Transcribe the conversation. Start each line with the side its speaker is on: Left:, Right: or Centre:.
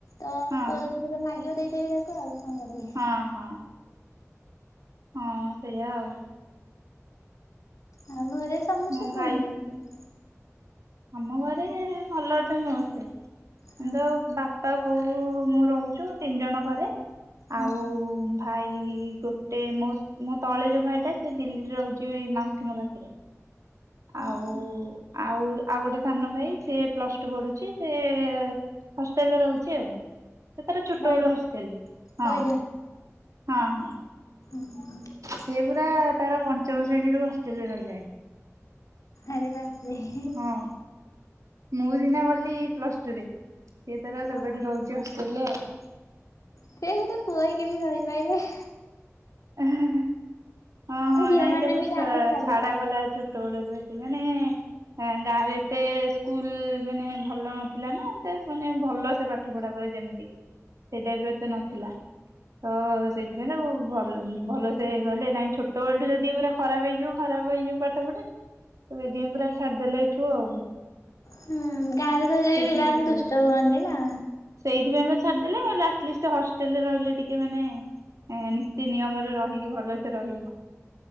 Left: ତ
Right: ହଁ
Left: କଲେଜ <unintelligible> ମାଗିବ ଦେଇଦେବି ତାକୁ ଆଉ କଣ କରିବି।
Right: ହଁ ହଁ। ହଁ ସେଇଆ ଆଉ।
Left: ଆଉ ଘରେ ସମସ୍ତେ
Right: ମୋ
Left: କଣ
Right: ଭାଇ
Left: <unintelligible>
Right: ଆମ ଘରେ ଭଲ ଅଛନ୍ତି ସମସ୍ତେ ଏନ୍
Left: ହଁ
Right: ଦ ବା ବାପା ବୋଉ ମୁଁ ରହୁଚୁ ତିନି ଜଣ ଘରେ।
Left: ହଁ
Right: ଆଉ ଭାଇ ଗୋଟେ ମୋ ମୋ ତଳେ ଯୋଉ ଭାଇ ଟା ସେ ଦିଲ୍ଲୀରେ ରହୁଚି ମାଉସୀଙ୍କ ପାଖେରେ ଆଉ
Left: ହଁ
Right: ଆଉ ଆଉ ଗୋଟେ ସାନ ଭାଇ ସେ ପ୍ଲସ ଟୁ ପଢୁଛି ସେ ହଷ୍ଟଲେରେ ରହୁଛି ଆଉ। ସେ ତାର ଛୋଟବେଳୁ
Left: ବଏଜ
Right: ହଷ୍ଟେଲେ
Left: ବଏଜ
Right: ହଁ ହଁ ହଁ।
Left: ହୁଁ।
Right: ସେ ପୁରା ତାର ପଞ୍ଚମ ଶ୍ରେଣୀରୁୁ ହଷ୍ଟ୍ରେଲ୍ ରେ ରହିଲାଣି।
Left: ଆରେ ବାପରେ ହେ ହେ
Right: ହଁ ମୁଁ ସିନା ଗଲି ପ୍ଲସ ଟୁରେ ସିଏ ତାର ସେବେଠୁ
Left: ଆଉ
Right: ରହୁଚି ହଷ୍ଟେଲ୍ ରେ ଆଉ।
Left: ସେ ଗୋଟେ ପୁଅ ହେଇକି ଜଦି ରହି ପାଇଲେ
Right: ଏ ହେ ହେ ହଁ ହଁ
Left: ଝିଅ
Right: ନାଇଁ
Left: ମାନେ
Right: ତାକୁ
Left: ବି
Right: ଛ
Left: ଗାଁକୁ ଛାଡି
Right: ଛାଡା
Left: ପାରନ୍ତି
Right: ଗଲା ଛୋ ତଳ ର ଏଟି ମାନେ ଆଁ ଗାଁରେ ଏତେ ସ୍କୁଲ ମାନେ ଭଲ ନଥିଲା ନା ଏତେ ମାନେ ଭଲ ସେ ପାଠ ପଢା <unintelligible> ଯେମିତି ସେଇ ଟାଇପ ର ଏତେ ନଥିଲା ତ ସେ <unintelligible> ଭଲ ଭଲସେ ଗଲେ ନାଇଁ ଛୁ ଛୋଟବେଳଠୁ ଯଦି ପୁରା ଖରାପ ହେଇଯିବ ଖରାପ ହେଇଯିବ ପାଠ ପଢା। <unintelligible> ପୁରା ଛାଡି ଦେଲେ ଏଇଠୁ ଆଉ।
Left: ହୁଁ ଗାଁରେ ରହିଲେ
Right: ସେଇଥିପାଇଁ
Left: ବି ପିଲାମାନେ
Right: ଛୋଟ
Left: ଦୁଷ୍ଟ
Right: ବେଳଠୁ
Left: ହୁଅନ୍ତି ନା।
Right: ସେଇଥିପାଇଁ ବା ଛାଡିଦେଲେ। ଆଟଲିଷ୍ଟ ହଷ୍ଟେଲରେ ରହିଲେ ଟିକେ ମାନେ ନୀତି ନିୟମରେ ରହିକି ଭଲସେ ରହିବ।